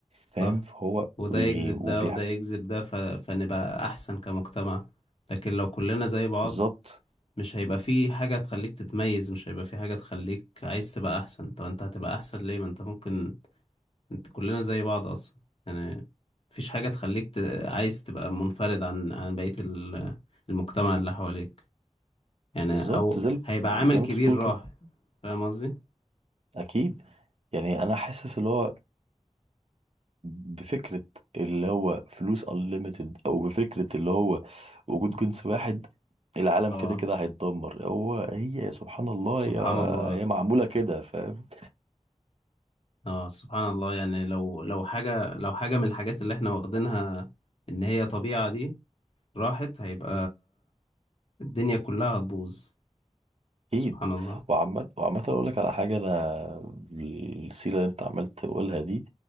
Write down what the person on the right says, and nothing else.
فاهم فهو
بي...
وبي...
بالظبط
بالظبط
زي ال-
زي
ما انت بتقول
كده
اكيد يعني انا حاسس اللي هو بفكرة اللي هو فلوس unlimited أو بفكرة اللي هو وجود جنس واحد العالم
كده كده هيتدمر هو هي سبحان الله
هي
هي معمولة كده فاهم
أكيد
وعامة وعامة أقول لك على حاجة أنا السيرة اللي أنت عمال تقولها دي